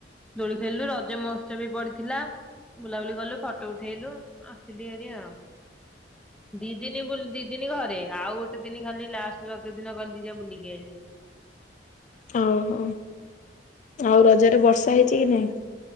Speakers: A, in the centre; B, on the left.
A: ଦୋଳି ଖେଲିଲୁ ରଜ ମହୋତ୍ସବ ବି ପଡିଥିଲା। ବୁଲାବୁଲି କଲୁ ଫଟୋ ଉଠେଇଲୁ ଆସିଲି ହାରି ଆଉ ଦି ଦିନ ବୁଲ ଦି ଦିନ ଘରେ ଆଉ ଗୋଟେ ଦିନ ଖାଲି ଲାଷ୍ଟ ରଜ ଦିନ ଗଲି ଯା ବୁଲିକି ଆଇଲି।
B: ହଉ-ହଉ। ଆଉ ରଜରେ ବର୍ଷା ହେଇଚି କି ନାଇଁ?